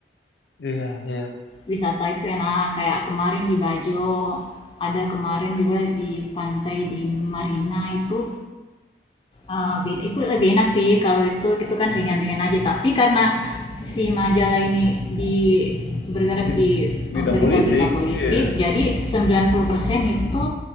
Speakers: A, on the left; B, on the left.
A: Iya, iya.
B: wisata itu enak kayak kemarin di Bajo ada kemarin juga di pantai di Marina itu eh, beda- itu lebih enak sih kalau itu itu kan ringan-ringan aja tapi karena si majalah ini di bergerak
A: di
B: di eh,
A: bidang
B: berita-berita
A: politik
B: politik
A: iya
B: jadi 90% itu